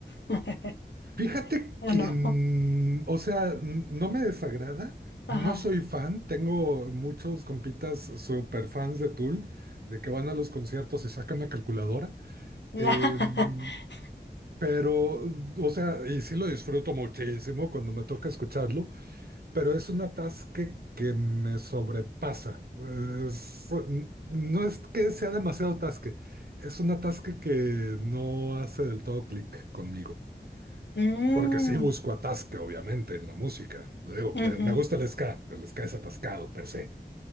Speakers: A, on the left; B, on the right.
A: <laughs>
B: Fíjate
A: Ah,
B: que,
A: no.
B: mm, o sea, n- no me desagrada,
A: Ajá.
B: no soy fan, tengo muchos compitas super fans de Tool, de que van a los conciertos y sacan la calculadora.
A: <laughs>
B: Em, Pero, o sea, y sí lo disfruto muchísimo cuando me toca escucharlo, pero es un atasque que me sobrepasa. Es- no es que sea demasiado atasque, es un atasque que no hace del todo clic conmigo.
A: Mm,
B: Porque sí busco atasque, obviamente, en la música. Digo,
A: ujú.
B: me me gusta el ska, el ska es atascado per se.